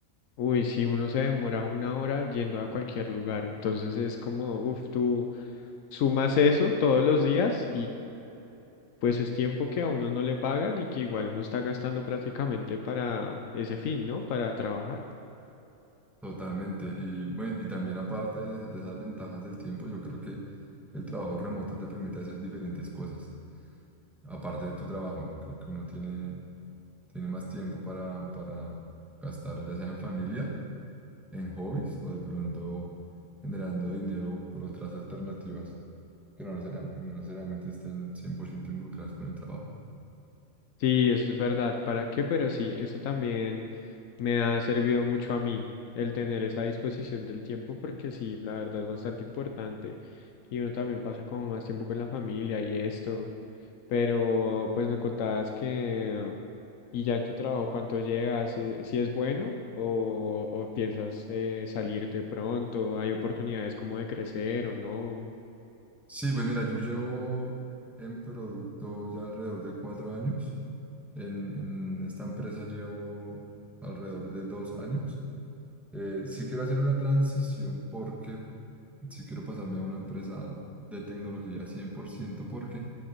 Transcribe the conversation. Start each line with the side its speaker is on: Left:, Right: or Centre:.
Left: uy, si uno se demora una hora yendo a cualquier lugar, entonces es como, uff, tú sumas eso todos los días pues es tiempo que a uno no le pagan y que igual uno está gastando prácticamente para ese fin, ¿no? Para trabajar.
Centre: Totalmente. Y bueno, y también aparte de esas de esas ventajas del tiempo, yo creo que el trabajo remoto te permite hacer diferentes cosas. aparte de tu trabajo, ¿no? Creo que uno tiene, tiene más tiempo para, para gastar, ya sea en familia, en hobbies o de pronto generando dinero por otras alternativas que no necesariamente, no necesariamente estén 100% involucradas con el trabajo.
Left: Sí, eso es verdad. ¿Para qué? Pero sí, eso también me ha servido mucho a mí, el tener esa disposición del tiempo, porque sí, la verdad es bastante importante. Y uno también pasa como más tiempo con la familia y esto. Pero pues me contabas que, y ya en tu trabajo, ¿cuánto llegas? Eh, ¿Si es bueno o, o piensas eh, salirte pronto? ¿Hay oportunidades como de crecer o no?
Centre: Sí, pues mira, yo llevo en producto ya alrededor de cuatro años. En, en esta empresa llevo alrededor de dos años. Eh, sí quiero hacer una transición porque si quiero pasarme a una empresa de tecnología cien por ciento porque